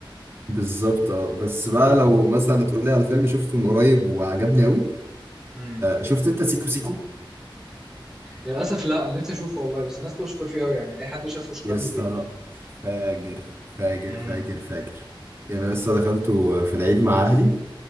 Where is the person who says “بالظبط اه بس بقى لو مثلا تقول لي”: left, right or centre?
Right